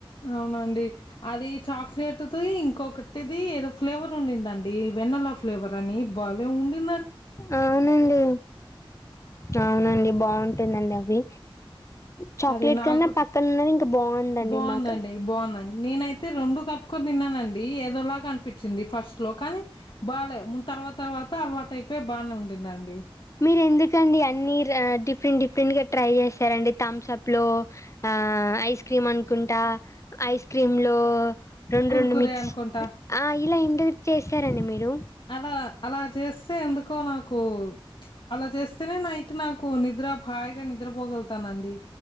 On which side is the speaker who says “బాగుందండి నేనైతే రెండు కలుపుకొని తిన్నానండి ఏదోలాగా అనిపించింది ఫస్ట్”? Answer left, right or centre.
Left